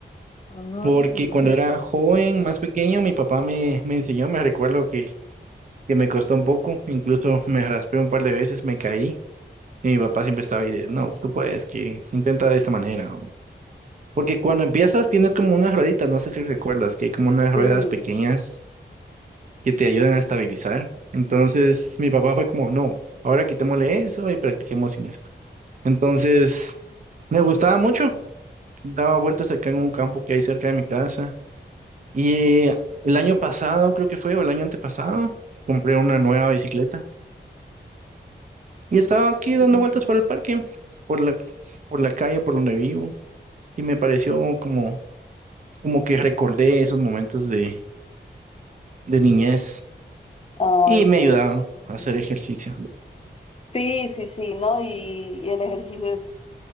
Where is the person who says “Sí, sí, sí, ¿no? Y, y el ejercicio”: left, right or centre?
Left